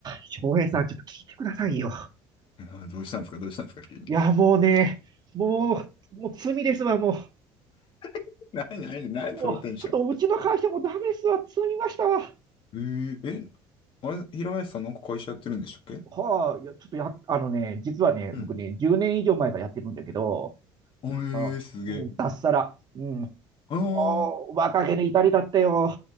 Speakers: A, on the right; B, on the left.
A: 翔平さん、ちょっと聞いてくださいよ。
B: <laughs> あどうしたんですかどうしたんですか急に。
A: いや、もうね、もう、もう罪ですわ、も
B: <laughs> なになになにそのテンション。
A: う。もう、ちょっとうちの会社もダメですわ、積みましたわ。
B: えー、え、あれ、平林さんなんか会社やってるんでしたっけ
A: はあ、いや、ちょっとや、あのね、実はね、
B: うん。
A: 僕ね、10年以上前からやってるんだけど、
B: あ、えー、
A: あ、
B: すげえ。
A: うん、脱サラ。うん。
B: あー
A: おー、若気の至りだったよ。